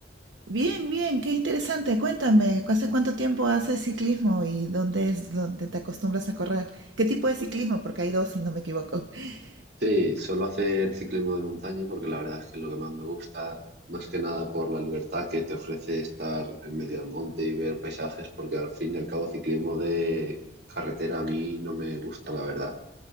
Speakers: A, on the right; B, on the right.
A: Bien, bien, qué interesante. Cuéntame, ¿hace cuánto tiempo haces ciclismo y dónde es donde te acostumbras a correr? ¿Qué tipo de ciclismo? Porque hay dos, si no me equivoco. <laughs>
B: Sí, solo hacer ciclismo de montaña porque la verdad es que es lo que más me gusta, más que nada por la libertad que te ofrece estar en medio del monte y ver paisajes, porque al fin y al cabo ciclismo de carretera a mí no me gusta, la verdad.